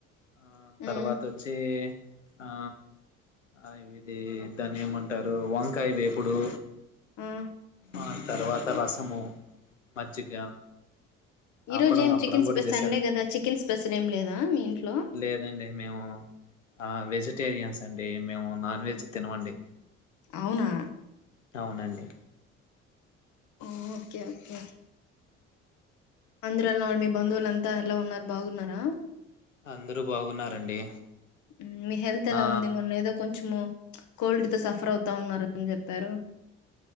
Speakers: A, on the left; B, on the left.
A: ఆ తర్వాత
B: ఉమ్
A: వచ్చి ఆ ఆ ఇది దాన్ని ఏమంటారు వంకాయ వేపుడు
B: ఆ
A: ఆన్ తర్వాత రసము మజ్జిగ
B: ఈ
A: అప్పడం
B: రోజు ఏం
A: అప్పడం
B: చికెన్ స్పెస్
A: కూడా చేశారంట
B: సండే కదా చికెన్ స్పెసల్ ఏం లేదా మీ ఇంట్లో
A: లేదండి మేము ఆ వెజిటేరియన్స్ అండి మేము నాన్ వెజ్ తినవండి
B: అవునా
A: అవునండి
B: ఓకే ఓకే ఆంధ్రలో మీ బంధువులంతా ఎలా ఉన్నారు బాగున్నారా
A: అందరూ బాగున్నారండి
B: మ్ మీ హెల్త్ ఎలా
A: ఆ
B: ఉంది మొన్న ఏదో కొంచము కోల్డ్ తో సఫర్ అవుతా ఉన్నరని చెప్పారు